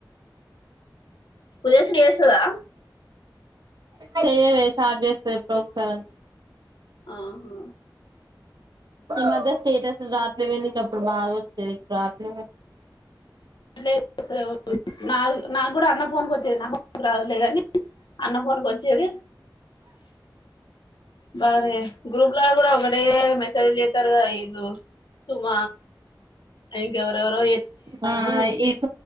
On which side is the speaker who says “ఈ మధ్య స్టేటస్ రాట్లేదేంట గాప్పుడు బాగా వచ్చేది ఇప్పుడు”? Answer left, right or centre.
Right